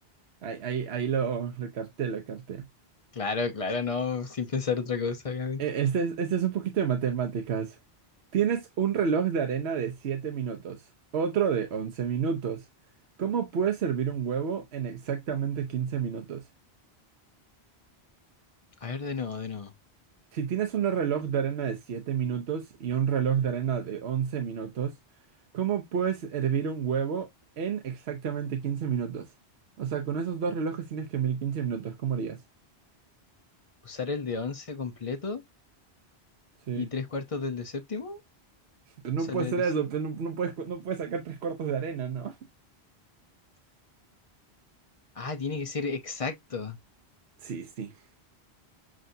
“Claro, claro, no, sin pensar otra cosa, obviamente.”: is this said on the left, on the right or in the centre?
Left